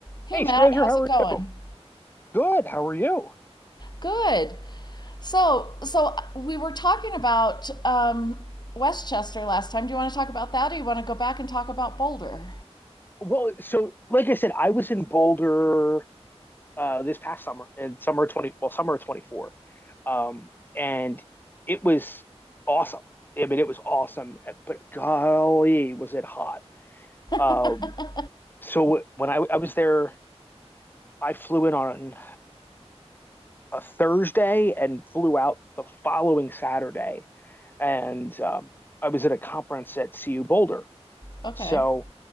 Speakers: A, on the left; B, on the left.
A: Hey
B: Hey,
A: Matt,
B: stranger,
A: how's
B: how
A: it
B: are
A: going?
B: you? Good. How are you?
A: Good. So, so we were talking about um, Westchester last time. Do you want to talk about that, or you want to go back and talk about Boulder?
B: Well, so like I said, I was in Boulder uh, this past summer, and summer twenty, well, summer of twenty four, um, and it was awesome. I mean, it was awesome, but golly, was it hot! Um,
A: <laughs>
B: so when I, I was there, I flew in on a Thursday and flew out the following Saturday, and um, I was at a conference at CU Boulder
A: Okay.
B: So,